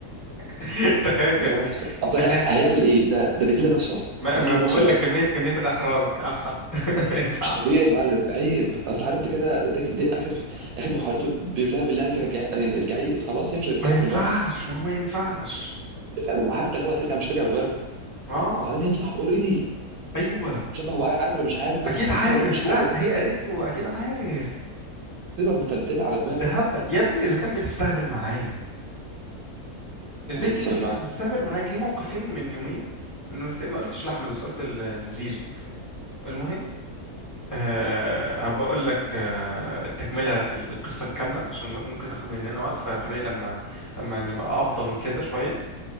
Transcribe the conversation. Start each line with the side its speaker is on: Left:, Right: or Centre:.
Left: <laughs> تخيل
Right: لا
Left: كده
Right: بس اصل
Left: تخيل
Right: هي- هيعمل ايه ده ده بيذل نفسه اصلا
Left: ما
Right: بيذل
Left: ما بقول
Right: نفسه رسم
Left: لك كمية كمية الإحراج أح... <laughs> ما ينفعش
Right: مش طبيعي يا معلم عيب اصل عارف دي كده دي, دي اخر اخر محاولته بيقول لها بالله عليك رجعي يعني ارجعي لي خلاص هي مش هترجع
Left: ما ينفعش
Right: لك بالورد
Left: ما هو ما ينفعش
Right: وحتى لو هترجع مش هترجع بالورد
Left: اه
Right: وبعدين هي مصاحبه اوريدي
Left: ايوه
Right: مش عارف هو عارف ولا مش عارف بس
Left: اكيد
Right: حتى
Left: عارف
Right: ولو مش
Left: لا
Right: عارف
Left: هي قالت له اكيد عارف
Right: تبقى متلتله على دماغه
Left: ده هبل يا ابني اذا كان بتستهبل معايا البنت
Right: يعني ايه بتسوي
Left: بتست...
Right: معاك
Left: بتستهبل معايا جه موقفين من يومين انه نسيت- ما قلتش لاحمد بس قلت ل- لزيزو المهم أه هبقى اقول لك أه التكمله ال- القصه الكامله عشان ممكن تاخد مننا وقت فخلينا لما لما نبقى افضى من كده شويه